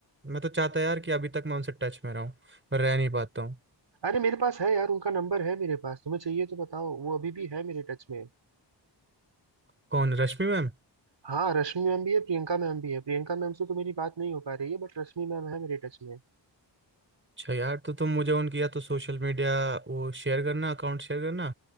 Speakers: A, on the right; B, on the right.
A: मैं तो चाहता यार कि अभी तक मैं उनसे टच में रहूं पर रह नहीं पाता हूँ
B: अरे मेरे पास है यार उनका नंबर है मेरे पास तुम्हें चाहिए तो बताओ वो अभी भी है मेरे टच में
A: कौन रश्मि मैम
B: हाँ रश्मि मैम भी है प्रियंका मैम भी है प्रियंका मैम से तो मेरी बात नहीं हो पा रही है बट रश्मि मैम है मेरे टच में
A: अच्छा यार तो तुम मुझे उनकी या तो सोशल मीडिया वो शेयर करना अकाउंट शेयर करना